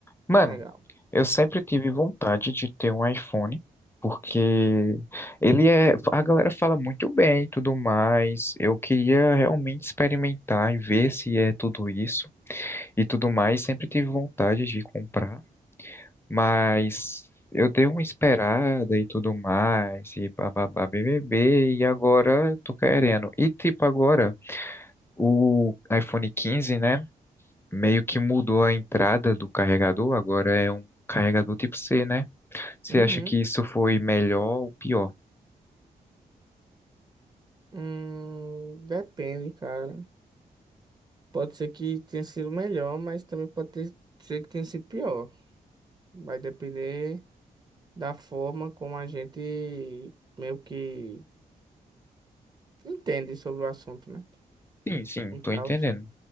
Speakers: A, on the left (about 15°); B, on the right (about 30°).
A: Mano,
B: Legal.
A: eu sempre tive vontade de ter um iPhone, porque ele é. A galera fala muito bem e tudo mais. Eu queria realmente experimentar e ver se é tudo isso e tudo mais. Sempre tive vontade de comprar, mas eu dei uma esperada e tudo mais, e bababá, BBB, e agora eu tô querendo. E tipo, agora o iPhone 15, né? meio que mudou a entrada do carregador, agora é um carregador tipo C, né? Você
B: Uhum.
A: acha que isso foi melhor ou pior?
B: Hum, depende, cara. Pode ser que tenha sido melhor, mas também pode ter- ser que tenha sido pior. Vai depender da forma como a gente meio que entende sobre o assunto, né?
A: Sim, sim,
B: E
A: tô
B: tal.
A: entendendo.